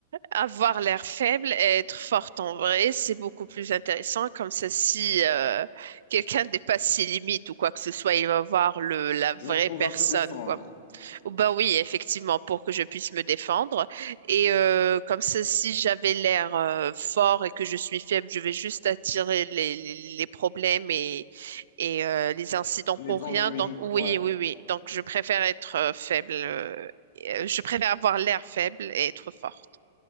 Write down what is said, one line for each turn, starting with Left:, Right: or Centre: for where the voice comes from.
Right: Avoir l'air faible et être forte en vrai, c'est beaucoup plus intéressant. Comme ça, si euh, quelqu'un dépasse ses limites ou quoi que ce soit, il va voir le, la vraie
Left: Tu vas pouvoir
Right: personne,
Left: te défendre.
Right: quoi. Ou ben oui, effectivement, pour que je puisse me défendre. Et euh, comme ça, si j'avais l'air euh, fort et que je suis faible, je vais juste attirer les, les, les problèmes et, et euh, les incidents
Left: Les
Right: pour
Left: ennuis,
Right: rien. Donc oui,
Left: ouais.
Right: oui, oui. Donc je préfère être euh, faible. euh, et, euh, je préfère avoir l'air faible et être forte.